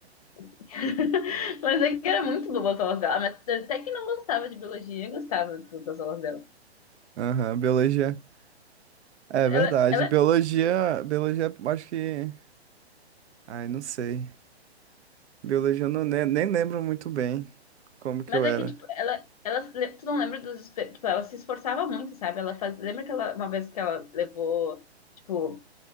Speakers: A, on the left; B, on the right.
A: <laughs> Mas é que era muito boa as aulas dela, mas até que não gostava de biologia, eu gostava, tipo, das aulas dela.
B: Aham, biologia. É
A: Ela,
B: verdade.
A: ela
B: Biologia, biologia, acho que. Ai, não sei. Biologia eu não, nem, nem lembro muito bem como que
A: Mas
B: eu era.
A: é que, tipo, ela, ela, le- tu não lembra dos, espe- tipo, ela se esforçava muito, sabe? Ela faz, lembra que ela, uma vez que ela levou, tipo,